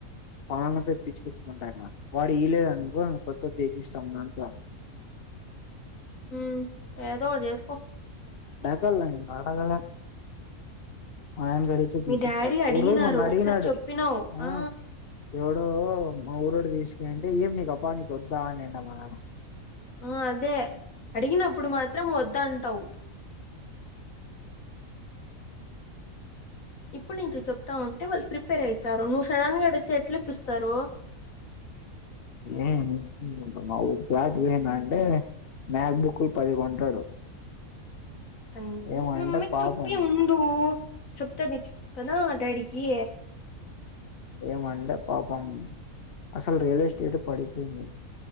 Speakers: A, on the left; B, on the left.
A: పవనన్న తో తెప్పిచ్చుకుచ్చుకుంటాన్నా వాడు ఇయలేదనుకో కొత్తది దిపిస్తామ అంతా
B: మ్ ఏదో ఒకట్ చేసుకో
A: అసల్ నేను అడగలే మయన గడితే
B: మీ
A: తీసిస్తాడు
B: డాడీ అడిగినారు
A: ఊరు మొన్న అడిగినాడు
B: ఒకసారి చెప్పినావు
A: అ
B: ఆ
A: ఎవ ల్లో మా ఊరోడు తీసుకున్ అంటే ఏం నీకు అబా నీకు వద్దా అనిండి మా ఆయన
B: ఆ అదే అడిగినప్పుడు మాత్రం వద్ద అంటవ్. ఇప్పుడు నుంచి చెప్తా ఉంటే వాళ్ళు ప్రిపేర్ అయితారు. నువ్వు సడన్గా అడిగితే ఎట్లు ఇప్పిస్తారు.
A: ఏ నువ్వు ఇప్పిచ్చుకుంటున్నావ్ ప్లాట్ బి అనే అండే మ్యాక్బుక్కుల్ పది కొంటాడు
B: పంది
A: ఏమంటే
B: మ మమ్మీ
A: పాపం
B: చప్పి ఉండు చెప్తాది నిక్ కదా డాడీకి
A: ఏమండే పాపం అసలు రియల్ ఎస్టేట్ పడిపోయింది.